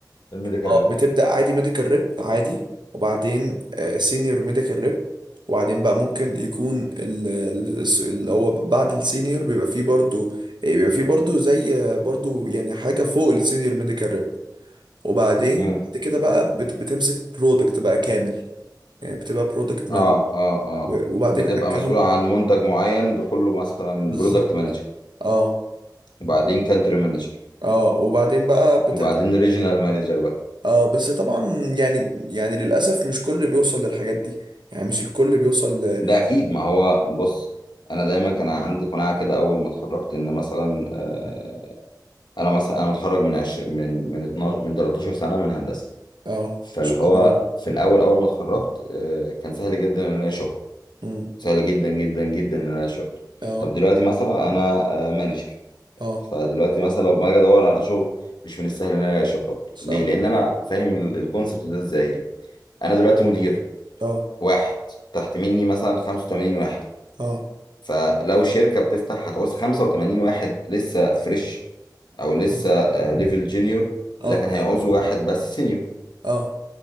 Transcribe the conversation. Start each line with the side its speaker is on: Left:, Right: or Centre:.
Left: الميديكال
Right: اه
Left: ريب
Right: بتبدأ عادي ميديكال ريب عادي وبعدين سينيور ميديكال ريب وبعدين بقى ممكن يكون ال- ال- الس- اللي هو بعد السينيور بيبقى فيه برضو بيبقى فيه برضو زي آه، برضو يعني حاجة فوق السينيور ميديكال ريب وبعدين
Left: مم.
Right: بعد كده بقى بت- بتمسك برودكت بقى كامل يعني بتبقى برودكت
Left: اه
Right: مانجر
Left: اه اه
Right: وبعدين
Left: بتبقى
Right: اكونت
Left: مسؤولة عن منتج معين بكله مثلا
Right: بالظبط
Left: برودكت مانجر
Right: اه
Left: وبعدين كانتري مانجر
Right: اه وبعدين بقى بتبدأ
Left: وبعدين ريجنال مانجر بقى
Right: اه بس طبعا يعني يعني للأسف مش كل بيوصل للحاجات دي يعني مش الكل بيوصل ل...
Left: ده اكيد ما هو بص انا دايما كان عندي قناعة كده اول ما اتخرجت ان مثلا آه، انا مثلا انا متخرج من 20 من من 12 من 13 سنة من هندسة
Right: اه
Left: فاللي
Right: مش الكل
Left: هو
Right: بيوصل.
Left: في الاول اول ما اتخرجت آه، كان سهل جدا ان انا ألاقي شغل
Right: امم
Left: سهل جدا جدا جدا ان انا اشتغل
Right: اه
Left: طب دلوقتي مثلا انا آه، مانجر
Right: اه
Left: فدلوقتي مثلا لو ما اجي ادور على شغل مش من السهل ان انا الاقي شغل
Right: صح
Left: ليه لان انا فاهم ال- الكونسبت ده ازاي انا دلوقتي مدير
Right: اه
Left: واحد تحت مني مثلا 85 واحد
Right: اه
Left: فلو شركه بتفتح هتعوز 85 واحد لسه فريش او لسه
Right: اه
Left: ليفل جونيور
Right: اه
Left: لكن هيعوزوا واحد بس سينيور
Right: اه